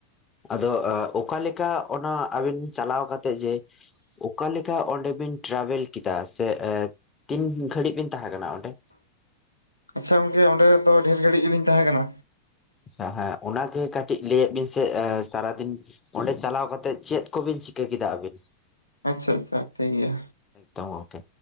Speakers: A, on the left; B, on the left.
A: ᱟᱫᱚ ᱚᱠᱟᱞᱮᱠᱟ ᱚᱱᱟ ᱟᱹᱵᱤᱱ ᱪᱟᱞᱟᱣ ᱠᱟᱛᱮᱜ ᱡᱮ? ᱚᱠᱟᱞᱮᱠᱟ ᱚᱸᱰᱮ ᱵᱤᱱ ᱴᱨᱟᱵᱷᱮᱞ ᱠᱮᱫᱟ ᱥᱮ ᱛᱤᱱ ᱜᱷᱟᱹᱲᱤᱡ ᱵᱤᱱ ᱛᱟᱦᱮᱸ ᱠᱟᱱᱟ? ᱚᱸᱰᱮ?
B: ᱟᱪᱪᱷᱟ ᱜᱚᱝᱠᱮ ᱚᱸᱰᱮ ᱫᱚ ᱰᱷᱮᱨ ᱜᱷᱟᱹᱲᱤᱡ ᱜᱮᱞᱤᱧ ᱛᱟᱦᱮᱸᱠᱟᱱᱟ᱾
A: ᱥᱟ ᱦᱟᱸ ᱚᱱᱟᱜᱮ ᱠᱟᱹᱴᱤᱡ ᱞᱟᱹᱭᱮᱫ ᱵᱤᱱ ᱥᱮ ᱥᱟᱨᱟᱫᱤᱱ ᱚᱸᱰᱮ ᱪᱟᱞᱟᱣ ᱠᱟᱛᱮᱜ ᱪᱮᱫ ᱠᱚᱵᱤᱱ ᱪᱤᱠᱟᱹ ᱠᱮᱫᱟ ᱟᱹᱵᱤᱱ?
B: ᱟᱪᱪᱷᱟ ᱟᱪᱪᱷᱟ ᱴᱷᱤᱠ ᱜᱮᱭᱟ᱾
A: ᱮᱠᱫᱚᱢ ᱜᱟᱢᱠᱮ᱾